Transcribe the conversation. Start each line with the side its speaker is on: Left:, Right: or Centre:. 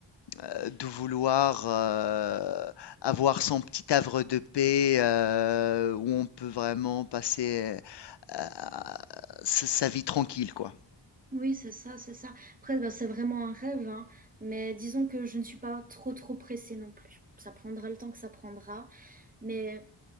Left: euh, de vouloir euh, avoir son petit havre de paix euh, où on peut vraiment passer euh, sa sa vie tranquille, quoi.
Right: Oui, c'est ça, c'est ça. Après, bah, c'est vraiment un rêve, hein, mais disons que je ne suis pas trop, trop pressée non plus. Ça prendra le temps que ça prendra, mais